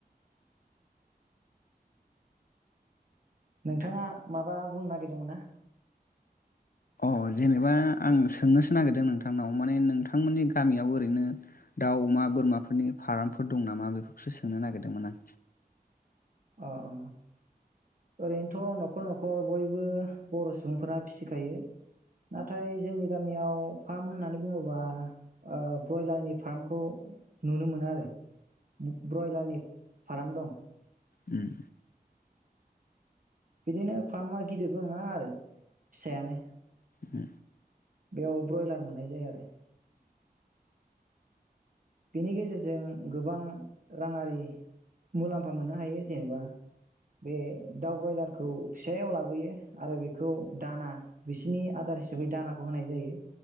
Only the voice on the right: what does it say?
नोंथाङा माबा बुंनो नागिरदोंमोन ना
अ अ ओरैनोथ' न'खर न'खर बयबो बर' सुबुंफोरा फिसिखायो नाथाय जोंनि गामियाव फार्म होननानै बुङोबा ओ ब्रयलारनि फार्मखौ नुनो मोनो आरो ब्रयलारनि फार्म दं
बिदिनो फार्मा गिदिरबो नङा आरो फिसायानो
बेयाव ब्रयलार मोननाय जाया आरो बेनि गेजेरजों गोबां राङारि मुलाम्फा मोननो हायो जेनेबा बे दाउ ब्रयलारखौ फिसायाव लाबोयो आरो बेखौ दाना बिसिनि आदार हिसाबै दानाखौ होनाय जायो